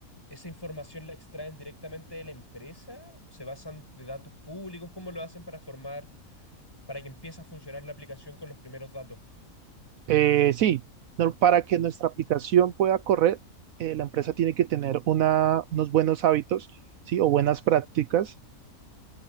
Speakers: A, on the left; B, on the right.
A: ¿Esa información la extraen directamente de la empresa? ¿Se basan de datos públicos? ¿Cómo lo hacen para formar, para que empiece a funcionar la aplicación con los primeros datos?
B: Eh, sí, no- para que nuestra aplicación pueda correr, eh, la empresa tiene que tener una, unos buenos hábitos, ¿sí? O buenas prácticas